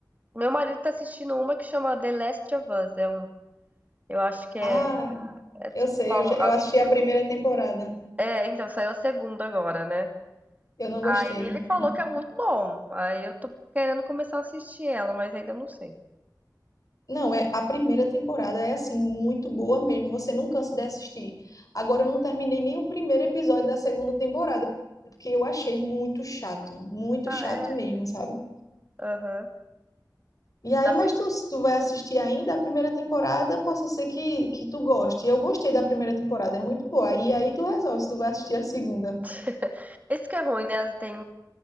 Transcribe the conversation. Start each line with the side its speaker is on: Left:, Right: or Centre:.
Right: Meu marido tá assistindo uma que chama The Last of Us. É um, eu acho que é,
Left: Ah,
Right: é tipo,
Left: eu sei,
Right: a-
Left: eu,
Right: a-
Left: já- eu assisti
Right: acho que
Left: a primeira temporada.
Right: é, é, então saiu a segunda agora, né?
Left: Eu não gostei.
Right: Aí ele falou que é muito bom. Aí eu tô querendo começar a assistir ela, mas ainda não sei.
Left: Não, é a primeira temporada é assim muito boa mesmo, você não cansa de assistir. Agora eu não terminei nem o primeiro episódio da segunda temporada, porque eu achei muito chato, muito
Right: Ah,
Left: chato
Right: é?
Left: mesmo, sabe?
Right: Aham.
Left: E aí,
Right: Dá
Left: mas
Right: se-
Left: tu, se tu vai assistir ainda a primeira temporada, possa ser que, que tu goste. Eu gostei da primeira temporada, é muito boa. E aí tu resolve se tu vai assistir a segunda.
Right: <laughs> Isso que é ruim, né? Tem,